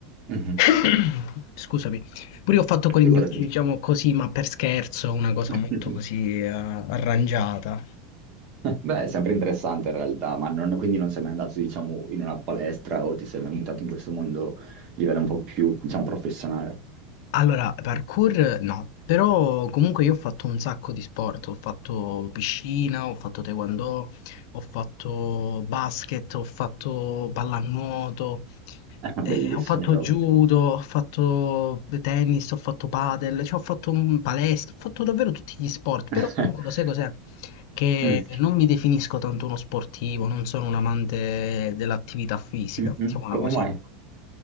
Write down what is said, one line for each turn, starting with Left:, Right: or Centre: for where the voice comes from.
Right: Mhm.
Left: <coughs> Scusami, pure io ho fatto con
Right: Figurati.
Left: i miei amici, diciamo così, ma per scherzo, una cosa
Right: <laughs>
Left: molto così eh, arrangiata.
Right: <laughs> Beh, è sempre interessante in realtà, ma non- quindi non sei mai andato, diciamo, in una palestra o ti sei mai buttato in questo mondo a livello un po' più, diciamo, professionale.
Left: Allora, parkour no, però comunque io ho fatto un sacco di sport, ho fatto piscina, ho fatto taekwondo, ho fatto basket, ho fatto pallanuoto,
Right: <laughs>
Left: Eh,
Right: Bellissimo,
Left: ho fatto
Right: proprio.
Left: judo, ho fatto tennis, ho fatto padel, cioè ho fatto mm, palestra, ho fatto davvero tutti gli sport,
Right: <laughs>
Left: però comunque lo sai cos'è? Che
Right: Mm.
Left: non mi definisco tanto uno sportivo, non sono un amante dell'attività fisica,
Right: Mhm.
Left: mettiamola
Right: Come
Left: così.
Right: mai?